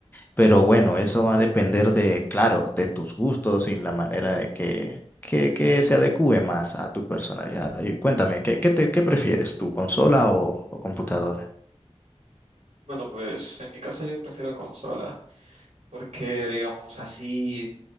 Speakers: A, on the left (about 15°); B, on the right (about 85°).
A: Pero bueno, eso va a depender de, claro, de tus gustos y la manera de que, que, que se adecue más a tu personalidad. Y cuéntame, ¿qué, qué te- qué prefieres, tu consola o, o computadora?
B: Bueno, pues en mi caso yo prefiero consolas, porque digamos así,